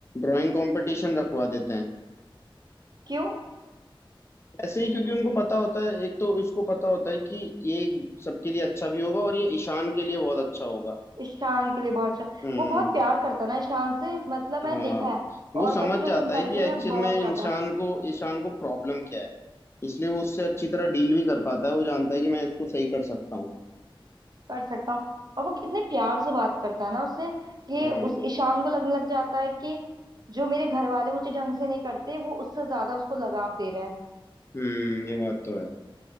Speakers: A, on the left (about 30°); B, on the right (about 50°).
A: ड्राइंग कंपटीशन रखवा देते हैं
B: क्यों
A: ऐसे ही क्योंकि उनको पता होता है एक तो इसको पता होता है कि ये सबके लिए अच्छा भी होगा और ये ईशान के लिए बहुत अच्छा होगा
B: ईशान के लिए बहुत अच्छा
A: हम्म
B: वो बहुत प्यार करता है ना ईशान से मतलब मैंने
A: हाँ
B: देखा है
A: वो
B: और
A: समझ
B: बच्चों
A: जाता
B: कंपैरिजन
A: है कि एक्चुअल
B: में बहुत
A: में
B: ज्यादा
A: इंसान को इंसान को प्रॉब्लम क्या है इसलिए वो उससे अच्छी तरह डील भी कर पाता है वो जानता है कि मैं इसको सही कर सकता हूँ
B: कर सकता हूँ और वो कितने प्यार से बात करता है ना उससे कि
A: हाँ
B: उस ईशान को लगने लग जाता है कि जो मेरे घर वाले मुझे ढंग से नहीं करते वो उससे ज्यादा उसको लगाव दे रहे हैं
A: हम्म ये बात तो है